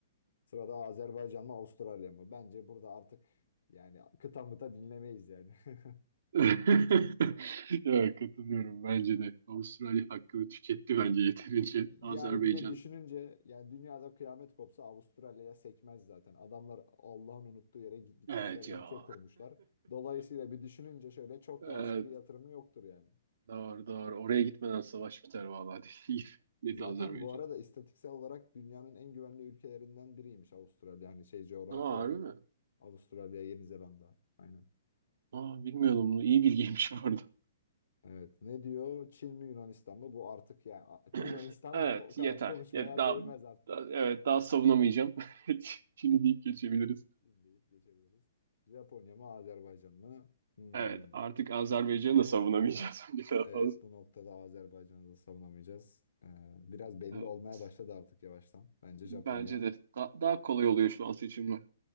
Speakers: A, on the left (about 75°); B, on the right (about 70°).
A: Sırada Azerbaycan mı Avustralya mı? Bence burada artık yani kıta mıta dinlemeyiz yani. <laughs>
B: <laughs> Ya katılıyorum bence de. Avustralya hakkını tüketti bence yeterince.
A: Yani
B: Azerbaycan.
A: bir de düşününce yani dünyada kıyamet kopsa Avustralya'ya sekmez zaten. Adamlar Allah'ın unuttuğu yere git- gitmişler,
B: Evet
A: ülke
B: ya. <laughs>
A: kurmuşlar. Dolayısıyla bir düşününce şöyle çok
B: Evet,
A: da askeri yatırımı yoktur yani.
B: Doğru doğru. Oraya gitmeden savaş biter vallahi değil. <laughs> Net
A: Zaten
B: Azerbaycan.
A: bu arada istatistiksel olarak dünyanın en güvenli ülkelerinden biriymiş Avustralya. Hani şey coğrafi
B: Aa
A: olarak
B: harbi mi?
A: Avustralya, Yeni Zelanda. Aynen.
B: Aa bilmiyordum bunu. İyi bilgiymiş bu arada. <laughs>
A: Evet. Ne diyor? Çin mi Yunanistan mı? Bu artık yani
B: <clears throat>
A: Yunanistan
B: Evet
A: da o kadar
B: yeter.
A: konuşmaya
B: Ya, daha,
A: değmez artık.
B: daha- evet daha savunamayacağım. <laughs> Çin'i deyip geçebiliriz.
A: Çin deyip geçebiliriz. Japonya mı Azerbaycan mı? Hmm.
B: Evet artık Azerbaycan'ı da savunamayacağız <laughs> bence daha
A: Evet
B: fazla.
A: bu noktada Azerbaycan'ı da savunamayacağız. Ee, biraz belli
B: Evet.
A: olmaya başladı artık yavaştan. Bence
B: Bence
A: Japonya.
B: de da- daha kolay oluyor şu an seçimler.